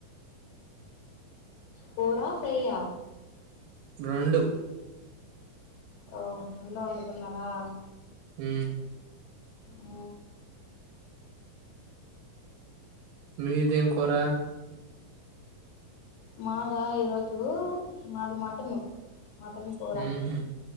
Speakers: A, on the left; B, on the right.
A: కూరా ఫ్రైయా
B: రెండు
A: ఓ రెండు వండుతున్నారా
B: ఉ
A: ఆ
B: మీదేం కూర
A: మాద ఈరోజు మాది మటను మటన్ కూర
B: హ్మ్ హు